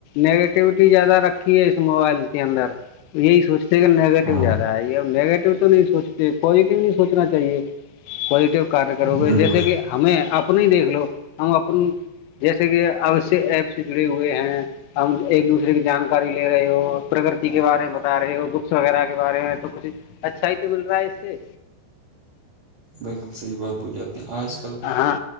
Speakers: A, on the left; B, on the right.
A: نگیٹیوٹی زیادہ رکھی ہے اس موبائل کے اندر یہی سوچ سے نگیٹو
B: ہاں
A: زیادہ ہے یہ نیگیٹیو تو نہیں سوچتے پازیٹو نہیں سوچنا چاہیے پزیٹو کار کرو
B: بالکل
A: گے جیسے کہ ہمیں آپن دیکھ لو ہم اپن جیسے کہ اوش ایپ سے جڑے ہوئے ہیں ہم ایک دوسرے کی جانکاری لے رہے ہو پرگتی کے بارے میں بتا رہے ہو بکس وغیرہ کے بارے میں تو کچھ اچھا ہی تو مل رہا ہے اس سے
B: بلکل صحیح بات بولیے آپ نے آج کل
A: ہاں